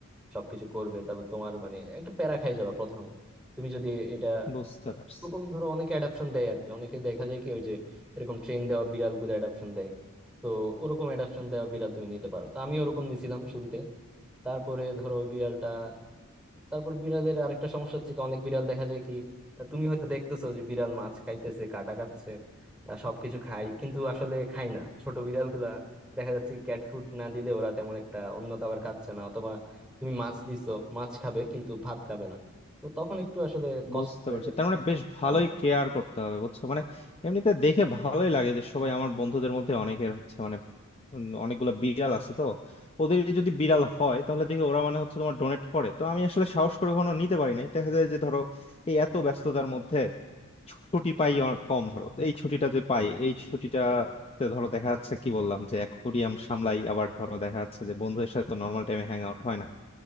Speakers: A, in the centre; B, on the left.
A: সবকিছু করবে তারপর তোমার মানে একটা প্যারা খাই যাবে প্রথমে তুমি যদি এটা
B: বুঝতে পারছি
A: ওরকম ধরো অনেকে অ্যাডাপশন দেয় আর কি অনেকে দেখা যায় কি ওই যে এরকম ট্রেন দেওয়া বিড়াল গুলো অ্যাডাপশন দেয় তো ওরকম অ্যাডাপশন দেওয়া বিড়াল তুমি নিতে পারো তো আমি ওরকম নিছিলাম শুরুতে তারপরে ধরো ওই বিড়ালটা তারপর বিড়ালের আরেকটা সমস্যা হচ্ছে কি অনেক বিড়াল দেখা যায় কি তুমি হয়তো দেখতেছো যে বিড়াল মাছ খাইতেছে কাটা খাচ্ছে আহ, সবকিছু খায় কিন্তু আসলে খায় না ছোট বিড়ালগুলা দেখা যাচ্ছে ক্যাট ফুড না দিলে ওরা তেমন একটা অন্য খাবার খাচ্ছে না অথবা তুমি মাছ দিছো মাছ খাবে কিন্তু ভাত খাবে না তো তখন একটু আসলে কষ্ট
B: বুঝতে
A: হয়ে
B: পারছি
A: যায়
B: তার মানে বেশ ভালোই
A: পালা।
B: কেয়ার করতে হবে বুঝছো মানে এমনিতে দেখে ভালোই লাগে যে সবাই আমার বন্ধুদের মধ্যে অনেকের হচ্ছে মানে উম, অনেকগুলো বিড়াল আছে তো ওদের যদি বিড়াল হয় তাহলে দেখি ওরা মানে হচ্ছে তোমার ডোনেট করে তো আমি আসলে সাহস করে কোনো নিতে পারি নাই দেখা যায় যে ধরো এই এত ব্যস্ততার মধ্যে ছুটি পাই অ- কম ধরো এই ছুটিটা যে পাই এই ছুটিটাতে ধরো দেখা যাচ্ছে কি বললাম যে অ্যাকুয়ারিয়াম সামলাই আবার ধরো দেখা যাচ্ছে যে বন্ধুদের সাথে তো নর্মাল টাইমে হ্যাং আউট হয় না